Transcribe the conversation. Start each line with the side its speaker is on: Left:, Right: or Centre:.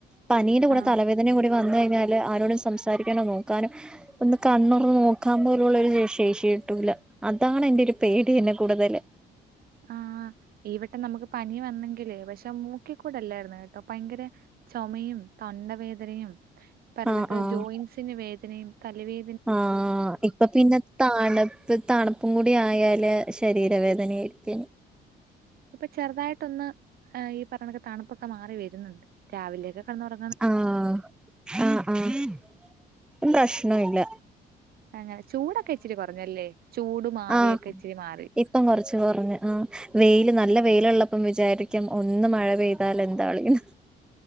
Centre: പനീടെ കൂടെ
Right: ആ
Centre: തലവേദനയും കൂടി വന്ന് കഴിഞ്ഞ ആരോടും സംസാരിക്കനൊ നോക്കാനൊ ഒന്ന് കണ്ണൊറന്ന് നോക്കാ പോല്ള്ളൊരു ശേഷി കിട്ടൂല അതാണ് എന്റൊരു പേടിയെന്നെ കൂടുതല്
Right: ആഹ് ഈ വട്ടം നമ്മക്ക് പനി വന്നെങ്കില് പക്ഷെ മൂക്കിക്കൂടല്ലായിരന്നു കെട്ടോ പയങ്കര ചൊമയും തൊണ്ടവേദനയും പറ്ണൊക്കെ
Centre: ആഹ് ആഹ്
Right: ജോയിൻസിന് വേദനയും തലവേ
Centre: ആഹ് ഇപ്പൊ പിന്നെ താണ് ഇപ്പ തണുപ്പും കൂടി ആയാല് ശരീരവേദനയിരിക്ക
Right: ഇപ്പൊ ചെറ്തായിട്ടൊന്ന് ഈ പറ്ണൊക്കെ തണുപ്പൊക്കെ മാറി വരുന്നുണ്ട്. രാവിലെയൊക്കെ കടന്നൊറ
Centre: ആഹ്. ആഹ് ആഹ്. പ്രശ്നൊല്ല
Right: അങ്ങനെ ചൂടൊക്കെ ഇച്ചിരി കൊറഞ്ഞല്ലെ. ചൂടും ആവിയൊക്കെ
Centre: ആഹ്
Right: ഇച്ചിരി മാറി
Centre: ഇപ്പം കൊറച്ച് കൊറഞ്ഞ്. ആഹ് വെയില് നല്ല വെയിലുള്ളപ്പൊ വിജാരിക്കും ഒന്ന് മഴ പെയ്താലെന്താ ളീന്ന്